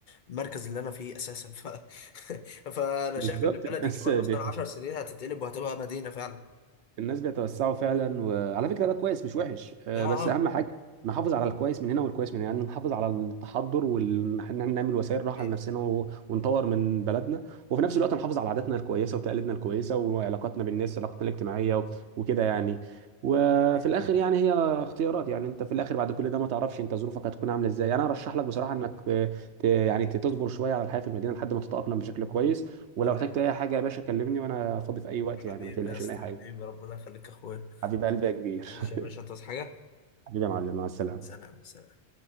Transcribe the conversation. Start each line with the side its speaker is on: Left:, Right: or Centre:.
Left: المركز اللي انا فيه اساسا ف... <laughs> فانا
Right: بالظبط
Left: شايف ان
Right: الناس
Left: بلدي كمان
Right: ب-
Left: مثلا 10 سنين هتتقلب وهتبقى مدينه فعلا
Right: الناس بيتوسعوا فعلا وعلى فكره ده كويس مش وحش آه،
Left: اه
Right: بس
Left: اه
Right: اهم حاجه نحافظ على الكويس من هنا والكويس من هنا يعني نحافظ على التحضر وان احنا نعمل وسائل راحه
Left: هي-
Right: لنفسنا و- ونطور من بلدنا وفي نفس الوقت نحافظ على عاداتنا الكويسه وتقاليدنا الكويسه وعلاقاتنا بالناس علاقتنا الاجتماعيه و- وكده يعني وفي
Left: <laughs> هي.
Right: الاخر يعني هي اختيارات يعني انت في الاخر بعد كل ده ما تعرفش انت ظروفك هتكون عامله ازاي انا ارشح لك بصراحه انك آه، ت- يعني تصبر شويه على الحياه في المدينه لحد ما تتاقلم بشكل كويس ولو
Left: تمام
Right: احتجت اي حاجه يا باشا كلمني وانا فاضي في اي وقت
Left: حبيبي
Right: يعني ما تقلقش
Left: يا اسطى
Right: من اي حاجه
Left: حبيبي ربنا يخليك يا اخويا
Right: حبيب قلبي يا كبير
Left: ماشي
Right: <laughs>
Left: يا باشا تصحى حاجه
Right: حبيبي يا معلم مع السلامة
Left: سلام سلام